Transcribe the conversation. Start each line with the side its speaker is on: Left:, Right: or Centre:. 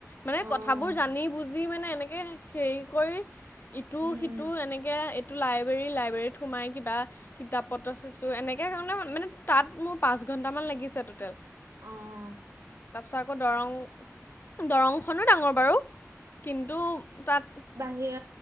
Left: মানে
Right: অ',
Left: কথাবোৰ জানি বুজি মানে এনেকে হেৰি কৰি, ইটো
Right: উম,
Left: সিটো এনেকে, এইটো লাইব্ৰেৰী লাইব্ৰেৰীত সোমাই কিবা কিতাপ পত্ৰ চাইছো, এনেকে মানে তাত মোৰ পাঁচ ঘণ্টামান লাগিছে টোটেল।
Right: অ',
Left: তাৰপিছত আকৌ দৰং, উ দৰং- ডাঙৰ বাৰু, কিন্তু তাত
Right: বাহিৰ